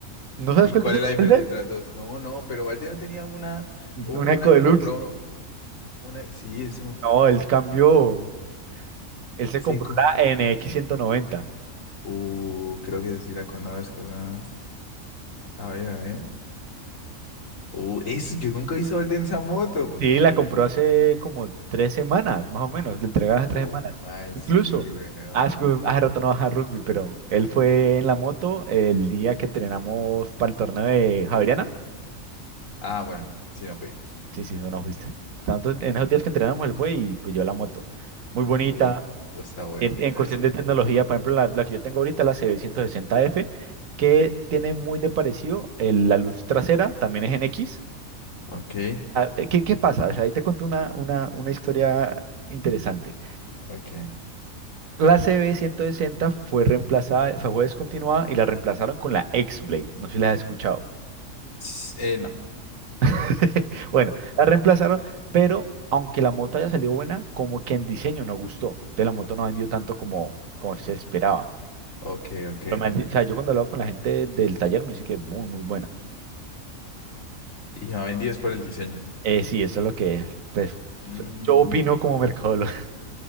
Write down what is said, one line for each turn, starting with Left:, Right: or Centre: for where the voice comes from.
Right: ¿No sabes
Left: ¿Y
Right: cuál
Left: cuál
Right: te compró
Left: es la diferencia
Right: Valde?
Left: entre las dos? No, no, pero Valde no tenía una, u-
Right: Una
Left: una
Right: Eco
Left: que
Right: Deluxe.
Left: compró, una, sí, es un
Right: No, él cambió, él se
Left: seco.
Right: compró la NX 190.
Left: Uh, creo que sí la conozco. ah. A ver, a ver. Uh, eso, yo nunca hice Valde en esa moto.
Right: Sí, la compró hace como tres semanas, más o menos. Le entregaron hace
Left: ¿Cómo
Right: tres semanas.
Left: así,
Right: Incluso,
Left: weón?
Right: hace, hace rato no baja rugby, pero él fue en la moto el día que entrenamos para el torneo de Javeriana.
Left: Ah, bueno, sí, no fui.
Right: Sí, sí, bueno, fuiste. Tanto- en
Left: Ok.
Right: esos días que entrenamos, él fue y pues yo la moto. Muy bonita.
Left: Uh, está bonita,
Right: En, en cuestión
Left: sí.
Right: de tecnología, por ejemplo, la, la que yo tengo ahorita, la CB160F, que tiene muy de parecido el- la luz trasera, también es en X.
Left: Ok,
Right: Eh, ¿Qué, qué pasa? O sea, ahí te conté una, una, una historia interesante.
Left: ok.
Right: La CB160 fue reemplazada, fue fue descontinuada y la reemplazaron con la X-Blade. No sé si la has escuchado.
Left: S- Eh, no.
Right: <laughs> Bueno, la reemplazaron, pero aunque la moto haya salido buena, como que en diseño no gustó. Entonces la moto no ha vendido tanto como, como se esperaba.
Left: Ok, ok.
Right: Pero me han di- o sea, yo cuando hablo con la gente del taller me dice que es muy, muy buena.
Left: Y me vendí es por el diseño.
Right: Eh, sí, eso es lo que, pues,
Left: Mm.
Right: yo opino como mercadólogo.